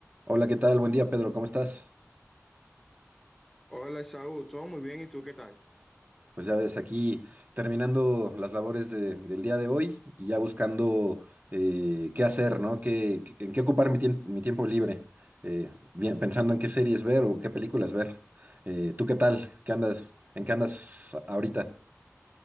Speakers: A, on the right; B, in the centre.
A: Hola, ¿qué tal? Buen día, Pedro, ¿cómo estás?
B: Hola, Saúl, todo muy bien, ¿y tú qué tal?
A: Pues ya ves, aquí terminando las labores de- del día de hoy y ya buscando eh, qué hacer, ¿no? ¿Qué, qué- en qué ocupar mi, tiem- mi tiempo libre? Eh, bien, pensando en qué series ver o qué películas ver. Eh, ¿tú qué tal? ¿Qué andas, en qué andas ahorita?